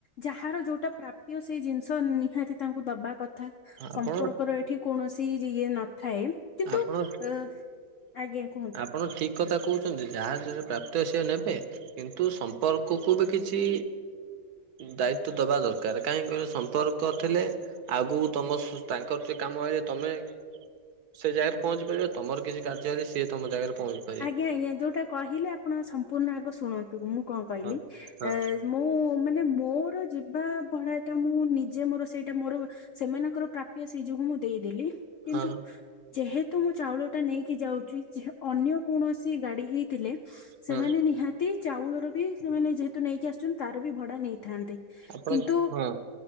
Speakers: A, on the left; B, on the right.
A: ଯାହାର ଯୋଉଟା ପ୍ରାପ୍ୟ ସେଇ ଜିନିଷ ନିହାତି ତାଙ୍କୁ ଦବା କଥା।
B: ଆପଣ
A: ସମ୍ପର୍କ ର ଏଇଠି କୌଣସି ଇଏ ନଥାଏ। କିନ୍ତୁ
B: ଆପଣ ଆ
A: ଅ ଆଜ୍ଞା କୁହନ୍ତୁ।
B: ଆପଣ ଠିକ୍ କଥା କହୁଛନ୍ତି ଯାହାର ଯରେ ପ୍ରାପ୍ତ ସେ ନେବେ। କିନ୍ତୁ ସମ୍ପର୍କକୁ ବି କିଛି ଦାୟିତ୍ୱ ଦେବା ଦରକାର କାହିଁକି କଇଲ ସମ୍ପର୍କ ଥିଲେ ଆଗକୁ ତମ ଶୁ ତାଙ୍କର କାମ ହେଇେ ତମେ ସେ ଜାଗାରେ ପହଞ୍ଚି ପାରିବ ତମର କିଛି କାର୍ଯ୍ୟ ହେଲେ ସିଏ ତମ ଜାଗାରେ ପହଞ୍ଚ
A: ଆଜ୍ଞା ଆଜ୍ଞା ଯୋଉଟା କହିଲେ ଆପଣ ସମ୍ପୂର୍ଣ୍ଣ ଆଗ ଶୁଣନ୍ତୁ ମୁଁ କଣ କହିଲି
B: ହଁ। ହଁ
A: ଏ ମୁଁ ମାନେ ମୋରୋ ଯିବା ଭଢ଼ା ଟା ମୁଁ ନିଜେ ମୋରୋ ସେଇଟା ମୋରୋ ସେମାନଙ୍କର ପ୍ରାପ୍ୟ ସେଇ ଯୋଗୁଁ ମୁଁ ଦେଇଦେଲି। କିନ୍ତୁ
B: ହଁ
A: ଯେହେତୁ ମୁଁ ଚାଉଳ ଟା ନେଇକି ଯାଉଚି ଅନ୍ୟ କୌଣସି ଗାଡି ହେଇଥିଲେ ସେମାନେ
B: ହଁ
A: ନିହା ତି ଚାଉଳର ବି ସେମାନେ ଯେହେତୁ ନେଇକି ଆସୁଚନ୍ତି ତାର ବି ଭଡା ନେଇଥାନ୍ତେ।
B: ଆପଣ
A: କିନ୍ତୁ
B: ହଁ